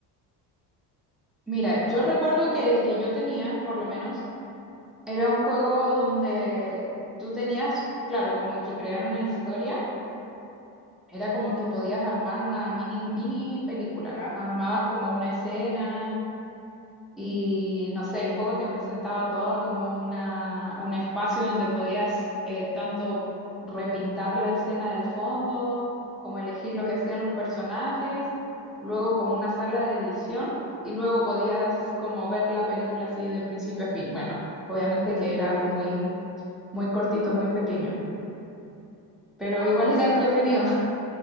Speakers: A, in the centre; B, on the left (about 80°).
A: Mira, yo
B: más o menos.
A: recuerdo que el que yo tenía, por lo menos, era un juego donde tú tenías, claro, como que crear una historia. Era como que podías armar una mini, mini película.
B: ¿Ya?
A: Armabas como una escena Y no sé, el juego te presentaba todo como una, un espacio donde podías eh, tanto repintar la escena del fondo, como elegir lo que hacían los personajes, luego como una sala de edición y luego podías como ver la película así de principio a fin. Bueno, obviamente que era algo muy, muy cortito, muy pequeño, pero
B: Ah,
A: igual
B: o
A: era
B: sea,
A: entretenido.